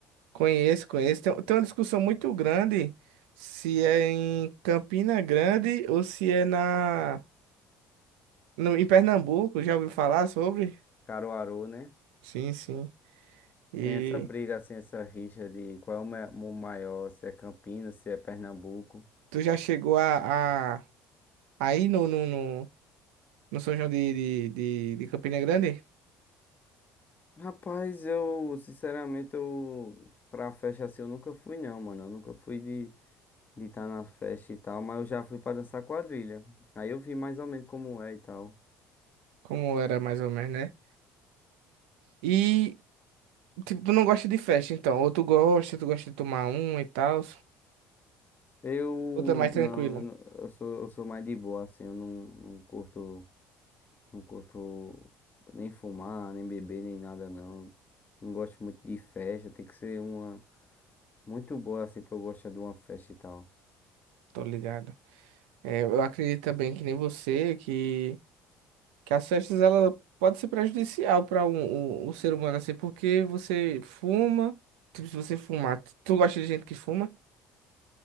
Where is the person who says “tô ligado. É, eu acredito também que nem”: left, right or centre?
Right